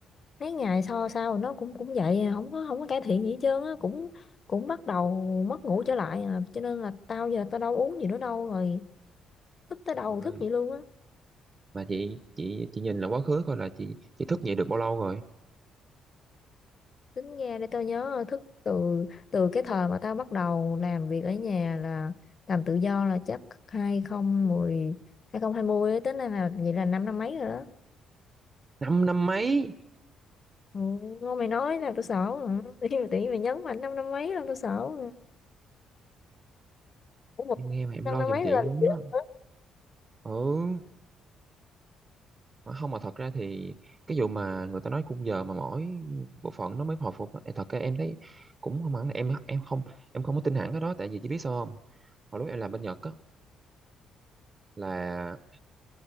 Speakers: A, on the left (about 35°); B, on the right (about 25°).
A: mấy ngày sau sau nó cũng cũng vậy à, không có không có cải thiện gì hết trơn á cũng cũng bắt đầu mất ngủ trở lại à cho nên là tao giờ tao đâu uống gì nữa đâu rồi thức tới
B: trời
A: đầu
B: ơi
A: thức vậy luôn á
B: mà chị chị chị nhìn là quá khứ coi là chị chị thức dậy được bao lâu rồi
A: tính ra để tao nhớ thức từ từ cái thời mà tao bắt đầu làm việc ở nhà là làm tự do là chắc 2010 2020 á, tính ra là vậy là năm năm mấy rồi đó
B: năm năm mấy
A: ừ, ngon mày nói là tao sợ rồi <laughs> tự nhiên tự nhiên mày nhấn mạnh năm năm mấy là tao sợ rồi. ủa một
B: em nghe mà em
A: năm
B: lo
A: năm
B: giùm
A: mấy
B: chị
A: là
B: luôn
A: gì
B: đó
A: đó
B: ừ Mà không mà thật ra thì cái vụ mà người ta nói khung giờ mà mỗi bộ phận nó mới hồi phục á, em thật ra em thấy cũng không hẳn là em em không em không có tin hẳn cái đó tại vì chị biết sao không hồi lúc em làm bên Nhật á là